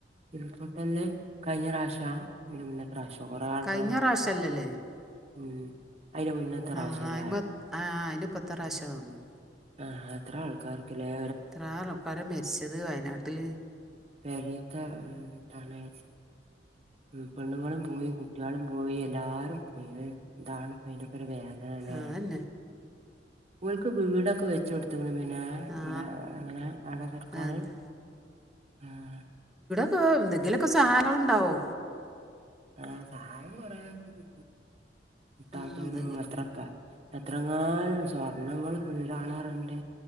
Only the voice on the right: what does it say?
ഉൽ പൊട്ടലിൽ കഴിഞ്ഞ പ്രാവശ്യ അയിന് മുന്നെ <unintelligible> കൊറെ ആൾക്കാര്
ഉം അയിന്റെ മുന്നത്തെ പ്രാവശ്യല്ലേ
ആഹ അത്ര ആൾക്കാർക്കില്ലേ
പെറിക്ക ട്ടാണ് ഉം പെണ്ണുങ്ങളും പോയി കുട്ടികളും പോയി എല്ലാരും പോയി എന്താണ് അയിന്റൊക്കെ ഒരു വേ ന്താ ല്ലെ
ഓൽക്ക് വീടൊക്കെ വെച്ചൊടുത്ത് പിന്നെ
എന്താ അങ്ങനെ ആടെ സർക്കാര്
ആഹ്
ആ സഹായം കൊറേ കിട്ടാത്തോര്
എത്രപ്പാ എത്രങ്ങാലും സ്വാ വണ്ണങ്ങൾ കീടാണാറണ്ട്